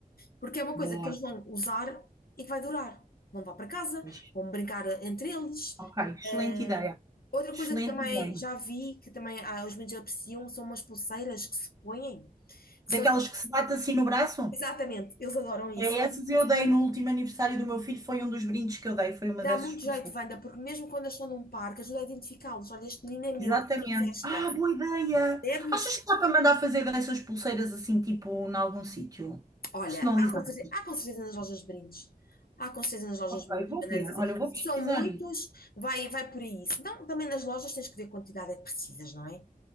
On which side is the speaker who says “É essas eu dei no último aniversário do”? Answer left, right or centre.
Right